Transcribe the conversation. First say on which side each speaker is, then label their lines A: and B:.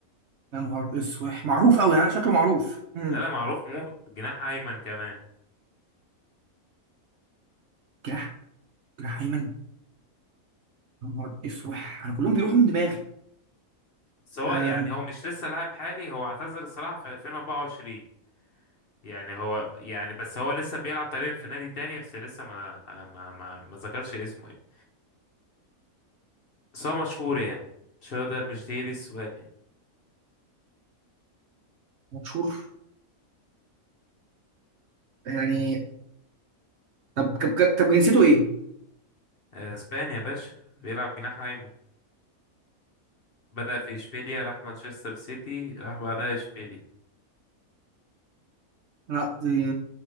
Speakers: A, on the right; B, on the left.
A: يا نهار اسوح معروف قوي يعني شكله معروف امم
B: لا لا معروف موت جناح ايمن كمان
A: جناح جناح ايمن يا نهار اسوح انا كلهم بيروحوا من دماغي
B: بس هو
A: أم.
B: يعني هو مش لسه لاعب حالي هو اعتزل الصراحة في 2024 يعني هو يعني بس هو لسه بيلعب تقريبا في نادي تاني بس لسه ما ما ما, ما ذكرش اسمه يعني بس هو مشهور يعني مش هو ده مش دي دي السؤال يعني
A: مشهور يعني طب طب طب جنسيته ايه؟
B: آه، اسباني يا باشا بيلعب جناح ايمن بدأ في اشبيليا راح مانشستر سيتي راح بعدها اشبيليا
A: لا دي